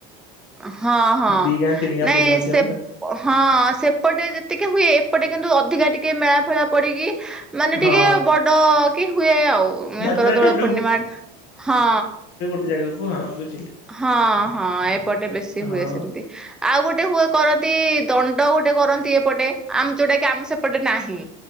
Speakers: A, in the centre; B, on the left.
A: ହଁ ହଁ
B: ଦି ଗାଁ ତିନି ଗାଁ
A: ନାଇଁ
B: ବୁଲନ୍ତି
A: ସେ
B: ଆମର
A: ହଁ ସେପଟେ ଯେତିକି ହୁଏ ଏପଟେ କିନ୍ତୁ ଅଧିକା ଟିକେ ମେଳା ଫେଳା ପଡିକି ମାନେ
B: ହଁ
A: ଟିକେ ବଡ କି ହୁଏ ଆଉଙ୍କର
B: ଯାତ୍ରା
A: ଦୋଳ
B: ଟାଇପ
A: ପୂର୍ଣ୍ଣିମା ହଁ।
B: ସେ ଜାଗାକୁ ଆଉ ବୁଝିଲି।
A: ହଁ ହଁ ଏପଟେ ବେଶୀ
B: ହଁ
A: ହୁଏ ସେମିତି। ଆଉ ଗୋଟେ ହୁଏ କରନ୍ତି ଦଣ୍ଡ ଗୋଟେ କରନ୍ତି ଏପଟେ ଆମ ଯୋଉଟା କି ଆମ ସେପଟେ ନାହିଁ।